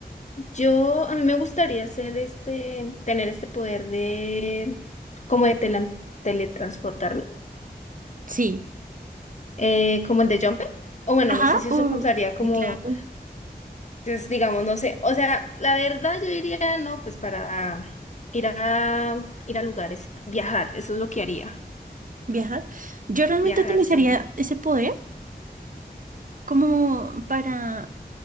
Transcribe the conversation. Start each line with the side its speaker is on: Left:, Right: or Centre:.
Left: yo, a mí me gustaría hacer este, tener este poder de, como de telan- teletransportarme,
Right: Sí.
Left: eh, como el de Jumper. O bueno,
Right: Ajá,
Left: no sé si
Right: u-
Left: eso contaría como
Right: y claro,
Left: Entonces, digamos, no sé, o sea, la verdad yo diría, no, pues para ir a ir a lugares, viajar, eso es lo que haría.
Right: viajar. Yo realmente
Left: Viajar,
Right: utilizaría
Left: sí.
Right: ese poder como para,